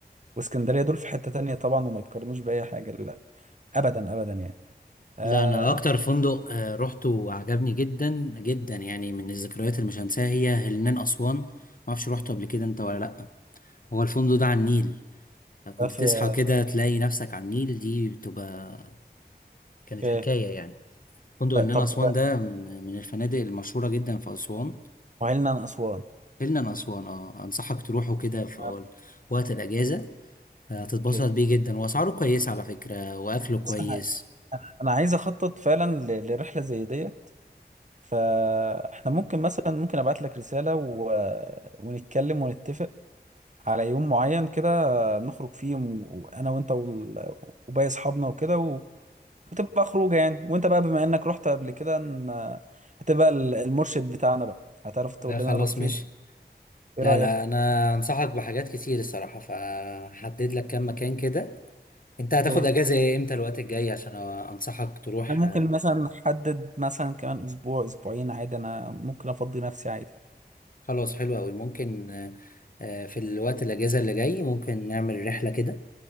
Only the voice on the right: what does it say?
واسكندرية دول في حتة تانية طبعا وما يتقارنوش بأي حاجة لا أبدا أبدا يعني آه
ده في
أوكي
طب
وعلنا عن أسوان
آه،
أوكي
بص أنا أنا عايز أخطط فعلا ل- لرحلة زي دي فاحنا ممكن مثلا ممكن ابعت لك رسالة و... ونتكلم ونتفق على يوم معين كده نخرج فيه وانا وانت وال... وباقي اصحابنا وكده و... وتبقى خروجه يعني وانت بقى بما انك رحت قبل كده ن... هتبقى ال- المرشد بتاعنا بقى هتعرف تقول
لنا
نروح فين
ايه
رأيك
اوكي
احنا ممكن مثلا نحدد مثلا كمان اسبوع اسبوعين عادي انا ممكن افضي نفسي عادي